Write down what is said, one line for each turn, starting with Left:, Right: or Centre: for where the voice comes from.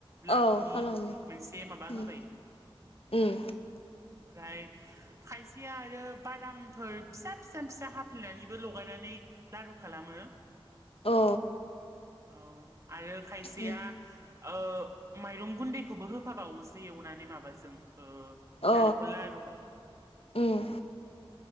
Right: लारुनि
Left: औ खालामो
Right: मोनसे माबा
Left: उम
Right: होबाय
Left: उम
Right: ओमफ्राय खायसेया आरो बादामफोर फिसा फिसा फिसा हाफ्लेनानैबो लगायनानै लारु खालामो।
Left: औ।
Right: औ आरो खायसेया
Left: उम
Right: ओ माइरं गुन्दैखौबो होफाबावोसो एवनानै माबाजों ओ
Left: अ
Right: नारेखल लारुवाव,
Left: उम